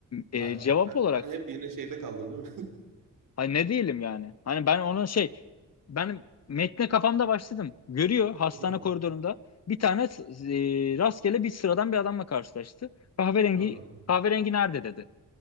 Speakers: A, on the left; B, on the right.
A: E,
B: ha,
A: cevap
B: ben,
A: olarak
B: ben hep yine şeyde kaldım değil mi?
A: hani ne diyelim yani? Hani ben ona şey ben metne kafamda başladım. Görüyor hastane
B: <laughs> Hı hı.
A: koridorunda bir tane e, rastgele bir sıradan bir adamla karşılaştı. Kahverengi
B: Anladım.
A: kahverengi nerede dedi.